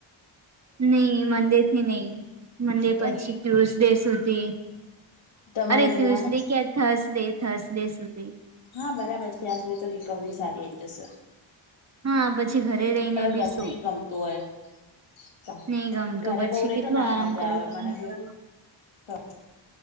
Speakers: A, on the right (about 35°); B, on the left (about 80°).
A: નહી મનડેથી નહી, મનડે
B: તો
A: પછી ટ્યુઝડે સુધી.
B: તમારે
A: અરે ટ્યુસડે
B: જોવાનું
A: ક્યા થર્સડે થર્સડે સુધી.
B: હા બરાબર છે ત્યાં સુધી તો રિકવરી સારી આવીઈ જશે.
A: હા પછી ઘરે રહીને
B: હવે
A: બીશું.
B: ઘર નહી ગમતું હોય તો
A: નહી ગમતું
B: ઘરે
A: પછી
B: બઉ રહી
A: કેટલું
B: તો ના
A: આરામ
B: મજા
A: કરેક
B: આવે મને
A: કરું.
B: તો